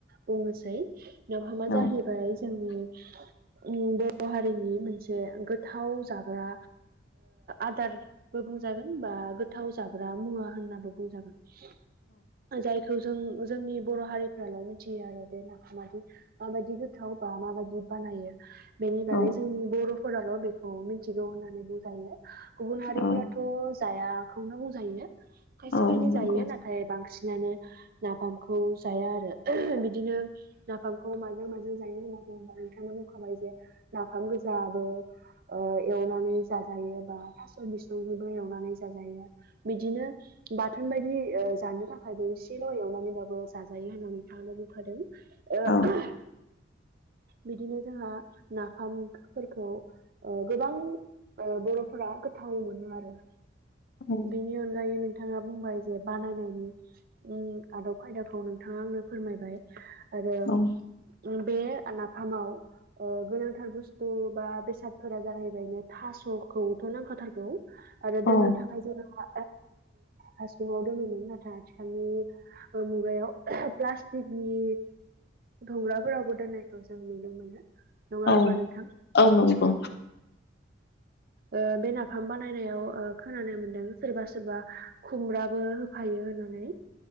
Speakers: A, on the right (about 50°); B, on the left (about 60°).
A: बुंनोसै नाफामहा
B: औ
A: जाहैबाय जोंनि ओम बर' बर' हारिनि मोनसे गोथाव जाग्रा आदारबो बुंजागोन बा गोथाव जाग्रा मुवा होननाबो बुंजागोन जायखौ जों जोंनि बर' हारिफ्राल' मि थियो आरो बे नाखौ मायदि माबायदि गोथाव बा माबायदि बानायो बेनि
B: औ
A: बागै जोंनि बर'फोराल बेखौ मिथिगौ होननानै बुजायो गुबुन हारिफोराथ
B: औ
A: जायाखौनो बुंजायो खायसे
B: औ
A: खायनै
B: नंगौ
A: जायो नाथाय बांसिन सिनानो नाफामखौ जाया आरो बिदिनो नाफामखौ माजों माजों जायो होना बुङबा नोंथां बुंखाबाय जे नाफाम गोज जादो ओ एवनानै जाजायो बा थास‌ बिसंजोंबो एवनानै जाजायो बिदिनो बाथोन बायदि ओ‌ जानो थाखाय जों इसेल एवनानैब्लााबो जाजायो होननानै जों हानो होफादों
B: औ
A: ओ बिदिनो जोंहा नाफामफोरखौ ओ गोबां ओ बरफोरा गोथाव मोनो आरो
B: औ
A: बेनि अनगायै नोंथाङा बुंबाय जे बानायनायनि उम आदब खायदाखौ नोंथाङा आंनो फोरमायबाय आरो
B: औ
A: उम बे नाफामाव ‌ओ‌गोनांथार बुस्थु बा बेसादफोरा जाहैबायनो थासखौथ नांखाथारगौ आरो
B: औ
A: दोननो थाखाय जोंहा हासुंआव दोनोमोन नाथाय आथिखालनि मुगायाव <unintelligible> धंग्राफोरावबो दोननायखौ जों नुनो मोनो नङा
B: औ
A: होमबा नोंथां
B: औ नंगौ
A: ओ बे नाफाम बानायनायाव ओ खोनानो मोनदों सोरबा सोरबा खुमब्राबो होफायो <unintelligible> नानै